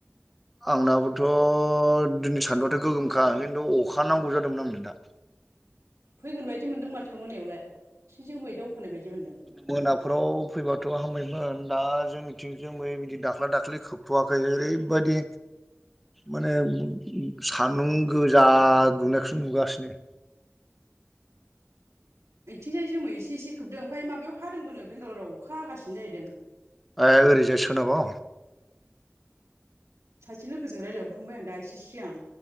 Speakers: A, in the centre; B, on the right (about 85°).
A: आंनाबोथ' दिनै सान्दुआथ' गोगोमखा खिन्थु अखा नांगौ जादोंमोन आंनो दा
B: फैगोन बायदि मोनदों माथो मोनायावलाय एसे जोमै दावखोनाय बायदि मोनदों
A: मोनाफ्राव फैबाथ' हामबायमोन दा जोंनिथिं जोमैनि दाख्ला -दाख्लि खोबथ'वाखै ओरैबायदि माने सान्दुं गोजा दुंनायखौसो नुगासिनो
B: आथिंजाय जोमै इसे एसे खोबदों ओमफ्राय माबायाव हादोंबोनो बेंगालराव अखा हागासिनो जाहैदों
A: ओरैजाय सोनांगौ
B: सासेल'जों रायलायहरखांबाय आं दा एसे सिगां